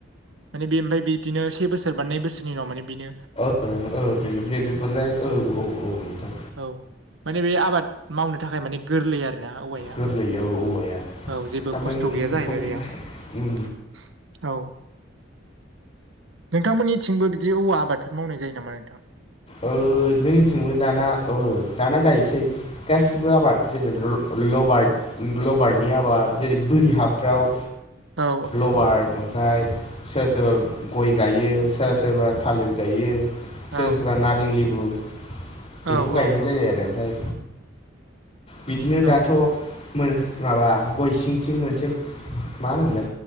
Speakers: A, on the right; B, on the left.
A: माने बे ओमफ्राय बिदिनो से बोसोर बा नै बोसोरनि उनाव माने बेनो
B: ओ ओ बे बेर बुरजाय औ औ औ नोंथां।
A: औ माने बे आबाद मावनो थाखाय माने गोरलै आरो <unintelligible> औवाया
B: गोरलै औ औवाया
A: औ जेबो
B: थारमाने
A: खस्थ'
B: नों
A: गैया
B: बेखौ
A: जाहैबाय बेयाव
B: उम
A: औ नोंथांमोननिथिंबो बिदि औवा आबादफोर मावनाय जायो नामा नोंथां?
B: ओ जोंनिथिंबो दाना औ दाना गायोसै। गासिबो आबाद जेन <unintelligible> लबार ग्लबारनि आबाद जेरै बोरि हाफ्राव
A: औ
B: लबार ओमफ्राय सोरबा सोरबा गय गायो सोरबा सोरबा थालिर गायो सोरबा
A: औ
B: सोरबा नारें लेबु बेखौ
A: औ
B: गायनाय
A: औ
B: जायो आरो ओमफ्राय बिदिनो दाथ'
A: औ
B: मो-माबा गय सिं सिं मोनसे मा होनोमोनलाय